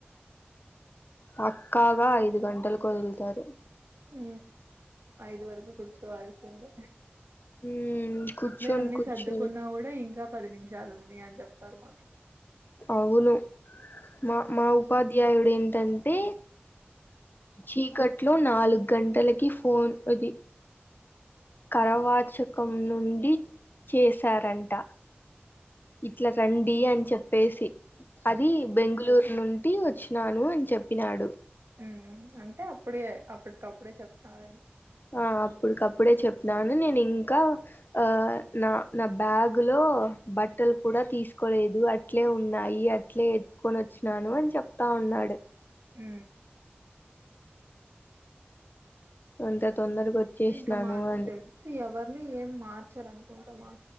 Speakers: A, on the left; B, on the right.
A: పక్కాగా ఐదు గంటల కు వదులుతారు
B: ఉ ఐదు వరకు కూర్చోవాల్సిందే
A: మ్మ్ కూర్చొని
B: ముందే అన్ని
A: కూర్చొని
B: సర్దుకున్నా కూడా ఇంకా పది నిమిషాలు ఉంది అ చెప్తారు మాకి
A: అవును మా మా ఉపాధ్యాయుడు ఏంటంటే చీకట్ లో నాలుగు గంటలకి ఫోన్ ది కరవాచకం నుండి చేశారంట ఇట్లా రండి అని చెప్పేసి అది బెంగళూరు నుండి ఒకటి వచ్చినాను అని చెప్పినాడు
B: ఉ అంటే అప్పుడే అప్పటికప్పుడే చెప్తారు
A: ఆ అప్పుడికప్పుడే చెప్పినారు నేను ఇంకా ఆ నా నా బ్యాగు లో, బట్టలు కూడా తీసుకోలేదు. అట్లే ఉన్నాయి. అట్లే ఎత్తుకొని వచ్చినాను అని చెప్తా ఉన్నాడు.
B: ఊ
A: అంత తొందరగా వచ్చేసినాను
B: ఇంకా మాకు
A: అని
B: తెలిసి ఎవరిని ఏం మార్చరను ఉంటామా